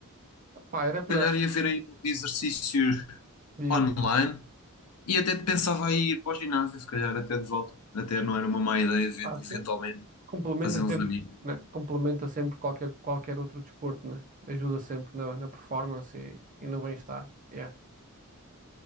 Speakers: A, on the right; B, on the left.
A: Pá,
B: Se
A: era para
B: calhar ia ver aí uns exercícios
A: dizer,
B: online, E até pensava em ir para o ginásio, se calhar até de volta. Até não era uma má ideia, even-
A: pá, sim.
B: eventualmente,
A: Complementa
B: fazer uns
A: sempre,
B: amigos.
A: né? Complementa sempre qualquer, qualquer outro desporto, né? Ajuda sempre na, na performance e, e no bem-estar. Yeah.